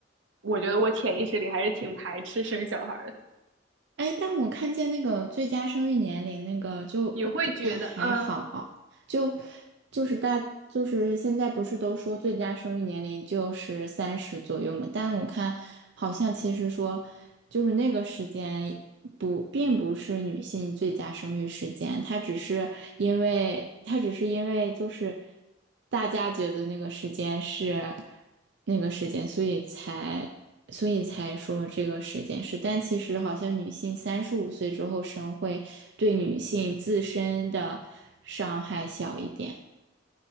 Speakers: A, on the right; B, on the right.
A: 我觉得我潜意识里还是挺排斥生小孩的。
B: 哎，但我看见那个最佳生育年龄那个就但还好，
A: 你会觉得，嗯，
B: 就就是大就是现在不是都说最佳生育年龄就是三十左右嘛？但我看好像其实说就是那个时间不并不是女性最佳生育时间，它只是因为它只是因为就是大家觉得那个时间是。那个时间，所以才所以才说这个时间是，但其实好像女性三十五岁之后生会对女性自身的伤害小一点，